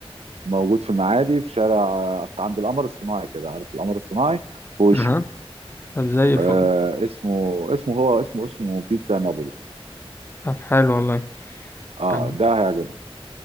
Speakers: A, on the right (about 80°); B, on the left (about 20°).
A: موجود في المعادي في شارع في عند القمر الصناعي كده عارف القمر الصناعي في وشه
B: اها طب زي الفل
A: آه اسمه اسمه هو اسمه اسمه بيتزا نابولي
B: طب حلو والله
A: اه
B: طب
A: ده هيعجبك